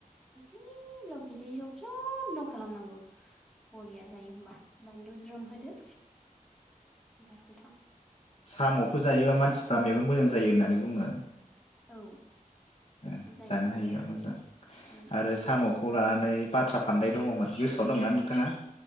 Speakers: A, in the centre; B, on the left (about 45°).
A: एसेल बिदै जब जब ल खालामनांगौ बरिया जायो होमबा बानलु ज्रोम होदो बिराद गोथाव
B: सामखौ जायोबा मानसिफ्रा मेगन मोजां जायो होननानै बुङो
A: औ
B: ओ
A: जायो
B: जानो
A: नंगौ
B: हायोबा मोजां
A: उम
B: आरो साम खौ लानानै बाथ्रा फानदाय दङमोन गोसोआव दंना नोंथाङा